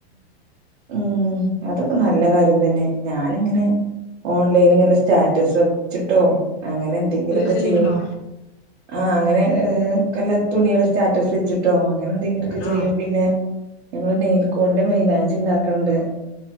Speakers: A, on the right; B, on the left.
A: ഉം അതൊക്കെ നല്ല കാര്യം തന്നെ ഞാനിങ്ങനെ ഓൺലൈൻ ഇങ്ങനെ സ്റ്റാറ്റസ് വെച്ചിട്ടോ അങ്ങനെ എന്തെങ്കിലുംലൊക്കെ
B: റീസെല്ലിംഗ്
A: ചെയ്യും
B: ഉണ്ടോ
A: ആ അങ്ങനെ ഏഹ് ഒക്കല്ലെ തുണിയാള് സ്റ്റാറ്റസ് വെച്ചിട്ടോ അങ്ങനെ എന്തെങ്കിലുംഒക്കെ
B: ആ
A: ചെയ്യും പിന്നെ ഞങ്ങള് നൈൽക്കോണ്ന്റെ മയ്ലാഞ്ചി ഉണ്ടാക്ക്ണ്ട്.